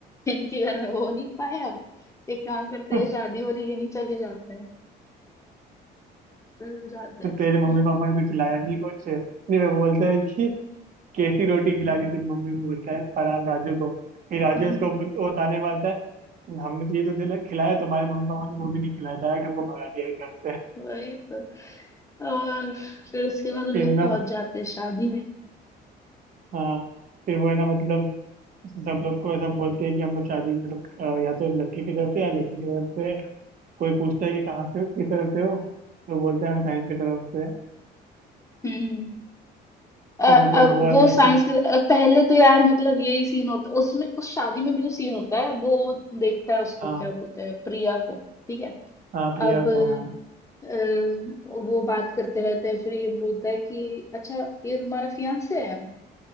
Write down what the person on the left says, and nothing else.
इनके घर में हो नहीं पाया एक काम करते
हैं शादी हो रही है, यहीं चले जाते हैं चले जाते
हैं
हम्म,
वही तो। और फिर उसके बाद उन
लोग
पहुंच जाते हैं शादी में
हम्म
अ-
अ-
वो
साइंस
की अ, पहले तो यार मतलब यही सीन होता है उसमें उस शादी में भी जो सीन होता है वो देखता है उसको
क्या बोलते हैं प्रिया को ठीक है
अब
अ, वो बात करते रहते हैं फिर ये बोलता है कि अच्छा ये तुम्हारा फियांसे है